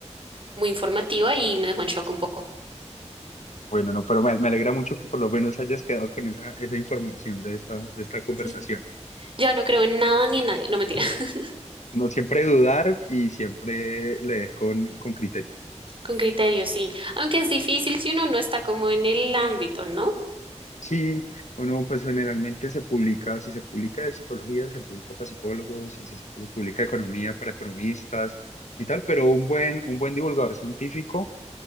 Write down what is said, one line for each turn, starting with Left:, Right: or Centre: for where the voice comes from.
Right: muy informativa y me dejó en shock un poco.
Left: bueno, no, pero me, me alegra mucho que por lo menos hayas quedado con esa, esa información de esta, de esta conversación.
Right: Sí, ya no creo en nada ni en nadie, no mentira, <laughs>
Left: No siempre dudar y siempre leer con, con criterio.
Right: con criterio, sí. Aunque es difícil si uno no está como en el ámbito, ¿no?
Left: Sí, o no, pues generalmente se publica, si se publica de psicología, se publica para psicólogos, si se pu- publica de economía para economistas y tal, pero un buen, un buen divulgador científico